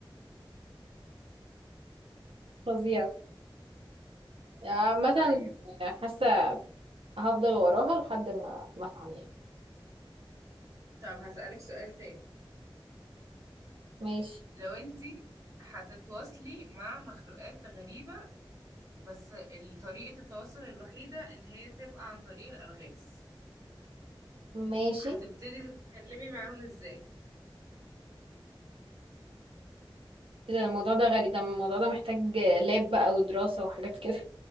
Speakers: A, on the right; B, on the right.
A: فظيعة آه، مثلا
B: <laughs> طيب
A: حاسة هفضل وراها لحد ما ما افهم يعني
B: طب هسألك سؤال تاني
A: ماشي
B: لو انتي هتتواصلي مع مخلوقات غريبة بس ال- طريقة التواصل الوحيدة ان هي تبقى عن طريق الألغاز
A: ماشي
B: هتبتدي تتكلمي معاهم ازاي
A: ايه ده الموضوع ده غريب ده الموضوع ده محتاج لاب بقى ودراسة وحاجات كده